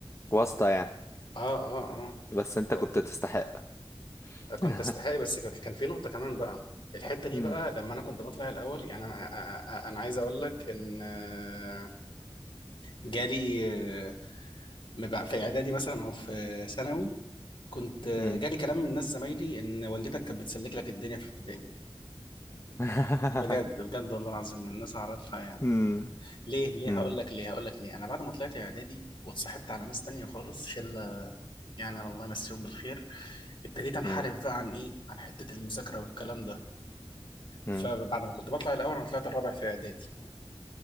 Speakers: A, on the left; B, on the left.
A: واسطة يعني
B: اه اه
A: بس انت
B: اه
A: كنت تستحق
B: كنت
A: <laughs>
B: استحقي بس ك- كان في نقطة كمان بقى الحتة دي
A: امم
B: بقى لما أنا كنت بطلع الأول يعني أنا أ- أ- أنا عايز أقول لك إن آه، جالي مبع- في إعدادي مثلا أو في ثانوي كنت آه،
A: امم
B: جالي كلام من ناس زمايلي إن والدتك كانت بتسلك لك الدنيا في ابتدائي
A: <laughs>
B: بجد بجد والله العظيم من ناس أعرفها يعني
A: امم
B: ليه ليه
A: امم
B: هقول لك ليه هقول لك ليه أنا بعد ما طلعت إعدادي واتصاحبت على ناس تانية خالص شلة يعني الله يمسيهم بالخير ابتديت أنحرف
A: امم
B: بقى عن إيه عن حتة المذاكرة والكلام ده
A: امم
B: فبعد ما كنت بطلع الاول انا طلعت الرابع في اعدادي